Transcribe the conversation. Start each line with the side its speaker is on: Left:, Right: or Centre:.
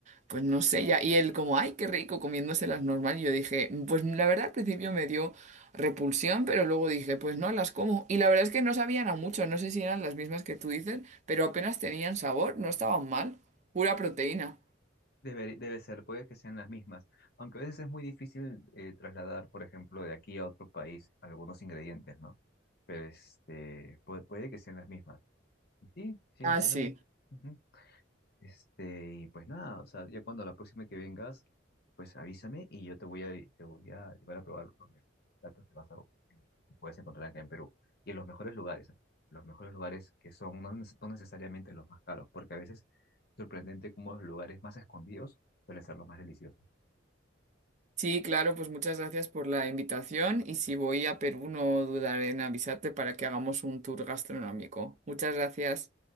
Right: pues no sé, ya. Y él como, ay, qué rico, comiéndoselas normal. Y yo dije, pues la verdad al principio me dio repulsión, pero luego dije, pues no, las como. Y la verdad es que no sabían a mucho, no sé si eran las mismas que tú dices, pero apenas tenían sabor, no estaban mal, pura proteína.
Left: Debe, debe ser, puede que sean las mismas, aunque a veces es muy difícil eh, trasladar, por ejemplo, de aquí a otro país algunos ingredientes, ¿no? Pero este, puede, puede que sean las mismas. Y Sí, sí,
Right: Ah,
Left: será
Right: sí.
Left: un... ujú. Este, y pues nada, o sea, ya cuando la próxima que vengas, pues avísame y yo te voy a, te voy a llevar a probar los mejores platos que vas a, que puedes encontrar acá en Perú. Y en los mejores lugares, ¿eh? Los mejores lugares que son no, neces- no necesariamente los más caros, porque a veces es sorprendente cómo los lugares más escondidos suelen ser los más deliciosos.
Right: Sí, claro, pues muchas gracias por la invitación y si voy a Perú no dudaré en avisarte para que hagamos un tour gastronómico. Muchas gracias.